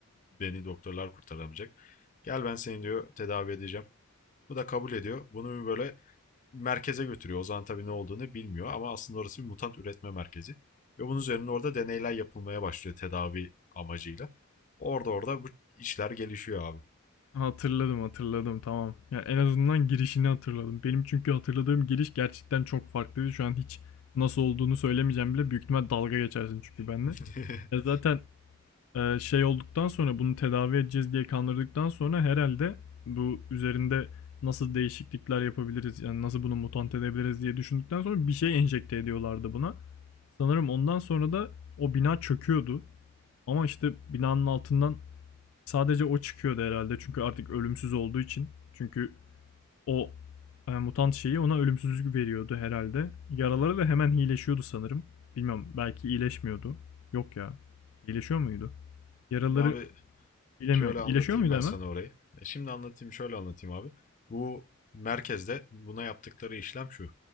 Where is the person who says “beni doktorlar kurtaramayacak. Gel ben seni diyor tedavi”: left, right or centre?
Left